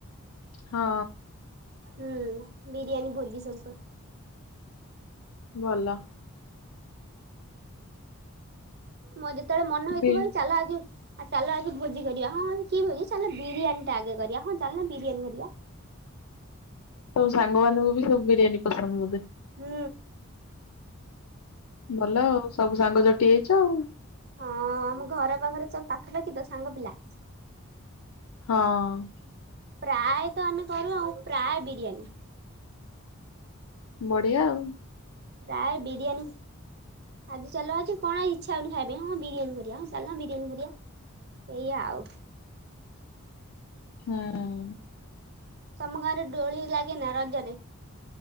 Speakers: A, on the left; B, on the right.
A: ହଁ।
B: ହୁଁ ବିରିୟାନୀ ଭୋଜି ସବୁ କରୁ।
A: ଭଲ।
B: ମୋ ଯେତେବେଳେ ମନ ହେଇଥିବ
A: ବି
B: କି ଚାଲ ଆ ଯିବ। ଚାଲ ଆଜି ଭୋଜି କରିବା ହଁ କି ଭୋଜି ଚାଲ ବିରିୟାନୀ ଟା ଆଗେ କରିବା ହଁ ଚାଲୁନ ବିରିୟାନୀ କରିବା।
A: ସବୁ ସାଙ୍ଗମାନଙ୍କୁ ବି ସବୁ ବିରିୟାନୀ ପସନ୍ଦ ବୋଧେ।
B: ହୁଁ।
A: ଭଲ ଆଉ ସବୁ ସାଙ୍ଗ ଜଟି ଯାଇଛ ଆଉ।
B: ହଁ ଆମ ଘର ପାଖରେ ସବୁ ପାଖାପାଖି ତ ସାଙ୍ଗ ପିଲା।
A: ହଁ।
B: ପ୍ରାୟ ତ ଆମେ କରୁ ଆଉ ପ୍ରାୟ ବିରିୟାନୀ।
A: ବଢିଆ ଆଉ।
B: ପ୍ରାୟ ବିରିୟାନୀ ଆଜି ଚାଲ ଆଜି କଣ ଇଛା ହଉନି ଖାଇବାପାଇଁ ହଁ ବିରିୟାନୀ କରିବା ହଁ ଚାଲୁନ ବିରିୟାନୀ କରିବା। ଏୟା ଆଉ।
A: ହଁ।
B: ତମ ଗାଁ ରେ ଦୋଳି ଲାଗେ ନା ରଜରେ?